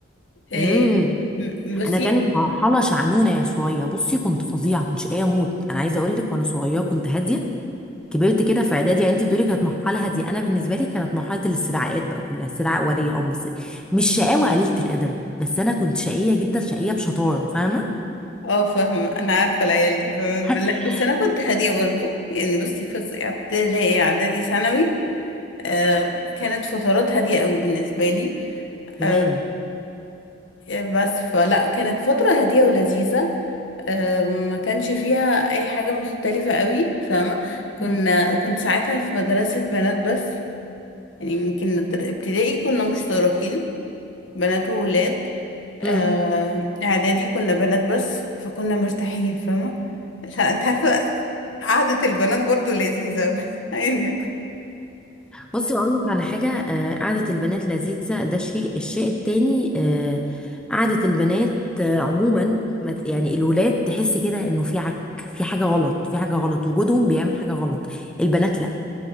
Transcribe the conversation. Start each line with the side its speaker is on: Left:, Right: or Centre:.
Left: إيه،
Centre: امم
Left: م- بصي
Centre: انا كانت مرحلة شعنونة يا شوية بصي كنت فظيعة كنت شقية موت انا عايزة اقول لك وانا صغيرة كنت هادية كبرت كده في اعدادي يعني انت بتقولي كانت مرحلة هادية انا بالنسبة لي كانت مرحلة الاستدعاءات بقى كلها استدعاء ولي امر بس مش شقاوة قليلة الادب بس انا كنت شقية جدا شقية بشطارة فاهمة
Left: اه فاهمة أنا عارفة العيال دي فاهمة
Centre: <laughs>
Left: لا بس أنا كنت هادية برضه يعني بصي في الص- ابتدائي إعدادي ثانوي آه، كانت فترات هادية قوي بالنسبة لي
Centre: تمام
Left: آه، بس فلا كانت فترة هادية ولذيذة آه، ما كانش فيها اي حاجة مختلفة قوي فاهمة كنا
Centre: مم.
Left: كنت ساعتها في مدرسة بنات بس يعني يمكن الدر- ابتدائي كنا مشتركين بنات وولاد
Centre: تمام
Left: مم. آه، اعدادي كنا بنات بس فكنا مرتاحين فاهمة لا، انت عارفة قعدة البنات برضو لذيذة <laughs> يعني
Centre: بصي اقول لك على حاجه آه، قعده البنات لذيذه ده شيء الشيء التاني آه، قعده البنات آه، عموما ما ت- يعني الولاد تحسي كده انه في عك في حاجه غلط في حاجه غلط وجودهم بيعمل حاجه غلط البنات لا